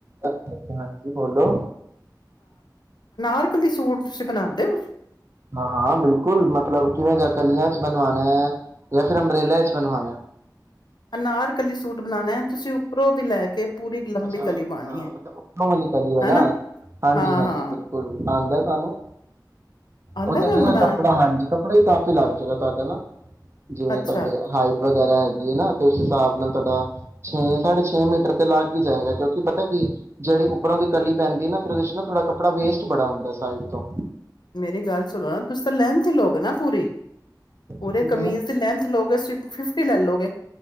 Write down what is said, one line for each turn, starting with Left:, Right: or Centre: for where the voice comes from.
Right: ਅੱਛਾ ਅੱਛਾ ਹਾਂਜੀ ਬੋਲੋ
Left: ਅਰੇ ਕਦੀ ਸੂਟ ਤੁਸੀਂ ਬਣਾਉਦੇ ਹੋ
Right: ਹਾਂ ਹਾਂ ਬਿਲਕੁਲ ਮਤਲਬ ਕਿਵੇਂ ਜਾਂ ਕਲੀਆਂ ਚ ਬਣਵਾਉਣਾ ਹੈ ਜਾਂ ਫਿਰ ਅੰਬਰੇਲ ਚ ਬਣਵਾਉਣਾ
Left: ਅਨਾਰਕਲੀ ਸੂਟ ਬਣਾਉਣਾ ਹੈ ਤੁਸੀਂ ਉੱਪਰੋਂ ਵੀ ਲੈ ਕੇ ਪੂਰੀ ਲੰਬੀ
Right: ਅੱਛਾ
Left: ਕਲੀ ਪਾਣੀ
Right: ਮਤਲਬ
Left: ਹੈ,
Right: ਉਪਰੋ ਵਾਲੀ ਕਲੀ ਵਾਲਾ
Left: ਹਨਾ?
Right: ਹਾਂਜੀ
Left: ਹਾਂ
Right: ਹਾਂਜੀ
Left: ਹਾਂ,
Right: ਬਿਲਕੁਲ, ਆਂਦਾ ਸਾਨੂੰ
Left: ਆਉਂਦਾ
Right: ਉਹਥੇ
Left: ਤੁਹਾਨੂੰ
Right: ਤੇ ਨਾ
Left: ਬਣਾਉਣਾ?
Right: ਕੱਪੜਾ ਹਾਂਜੀ ਕੱਪ ਕੱਪੜਾ ਹੀ ਕਾਫ਼ੀ ਲੱਗ ਜੁਗਾ, ਤੁਹਾਡਾ ਨਾ ਜਿਵੇਂ
Left: ਅੱਛਾ,
Right: ਤੁਹਾਡੇ ਹਾਈ ਪਰ ਵਗੈਰਾ ਹੈਗੀ ਹੈ ਨਾ ਤੇ ਉਸ ਹਿਸਾਬ ਨਾਲ ਤੁਹਾਡਾ ਛੇ ਸਾਢੇ ਛੇ ਮੀਟਰ ਤੇ ਲੱਗ ਜਾਏਗਾ ਕਿਉਂਕਿ ਪਤਾ ਕਿ ਜਿਹੜੀ ਉੱਪਰੋਂ ਦੀ ਕਲੀ ਪੈਂਦੀ ਹੈ ਨਾ ਫਿਰ ਉਹਦੇ ਨਾ ਥੋੜਾ ਕੱਪੜਾ ਵੇਸਟ ਬੜਾ ਹੁੰਦਾ ਸਾਈਡ ਤੋਂ
Left: ਮੇਰੀ ਗੱਲ ਸੁਣੋ ਨਾ ਤੁਸੀਂ ਤਾਂ ਲੈਂਨਥ ਹੀ ਲੋਗੇ ਨਾ ਪੂਰੀ ਪੂਰੇ
Right: ਅਸੀਂ
Left: ਕਮੀਜ਼
Right: ਲੈ
Left: ਦੀ ਲੈਂਥ ਲਓਗੇਂ ਫਿਫਟੀ ਲੈ ਲਓ ਵੇ